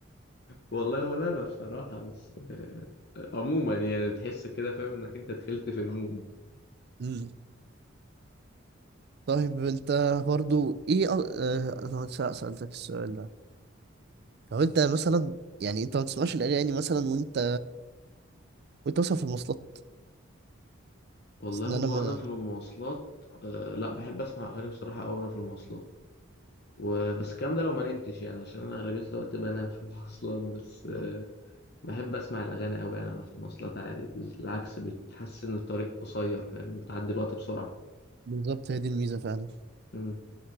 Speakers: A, on the left; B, on the right.
A: والله ولا أنا بصراحة بس آه، عموما يعني بتحس كده فاهم إنك أنت دخلت في المود
B: مم. طيب انت برضو ايه أ... اه انا س- سألتك السؤال ده لو انت مثلا يعني انت ما بتسمعش الاغاني مثلا وانت وانت مثلا في المواصلات
A: والله
B: بس ان
A: هو
B: انا ما...
A: انا في المواصلات آه لا بحب اسمع اغاني بصراحه قوي وانا في المواصلات وبس الكلام ده لو ما نمتش يعني عشان انا اغلبيه الوقت بنام في <laughs> المواصلات بس آه بحب اسمع الاغاني قوي يعني انا في المواصلات عادي بالعكس بتحس ان الطريق قصير فاهم بتعدي الوقت بسرعه
B: بالظبط هي دي الميزة فعلا
A: امم